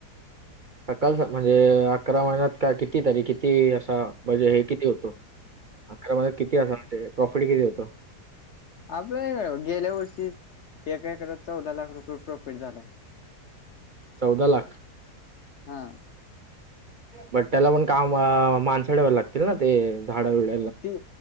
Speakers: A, on the right; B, on the left.
A: <unintelligible> म्हणजे अकरा महिन्यात का कि किती तरी किती असा म्हजे हे किती होतो? अकरा महिन्यात किती <unintelligible> प्रॉफिट किती होतं?
B: आपला गेल्या वर्षी च एक एकराच चौदा लाख रुपये प्रॉफिट झालंय.
A: चौदा लाख.
B: हा.
A: बट त्याला पण काम अ, माणसं ठेवायला लागतील ना ते झाड बिड.
B: ते